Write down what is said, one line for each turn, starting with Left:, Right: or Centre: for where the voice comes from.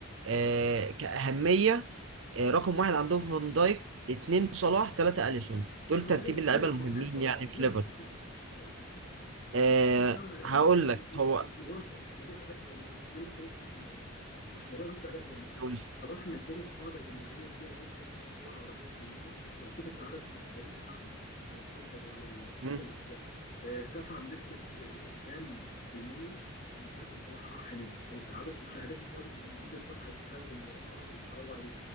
Right: آه، كأهمية آه، رقم واحد عندهم فان دايك اتنين صلاح تلاتة أليسون دول
Left: لا
Right: ترتيب
Left: متهيألي متهيألي
Right: اللعيبة
Left: رقم
Right: المهمين
Left: واحد صلاح
Right: يعني
Left: متهيألي
Right: في ليفر
Left: لا، ص- متهيألي رقم واحد صلاح
Right: أه
Left: صلاح بقى-
Right: هقول
Left: مش مو- مش
Right: لك
Left: مو-
Right: هو
Left: مش موضوع مش موضوع اداء جوه الملعب بس خلينا نختلف معاك في النقطه دي مش موضوع بس اداء جوه الملعب
Right: قول.
Left: صلاح مديله قاعده جماهيريه كبيره جدا في الدول العربيه كلها يعني شوف انت عدد المتابعين بتاعهم على تويتر وعلى السوشيال
Right: مم.
Left: ميديا آه، ارتفع بنسبه آه، كام في الميه من ساعه ما صلاح راح هناك آه، عدد مشاهدات الدوري الانجليزي ارتفعت بسبب العرب اللي اتفرجوا عليه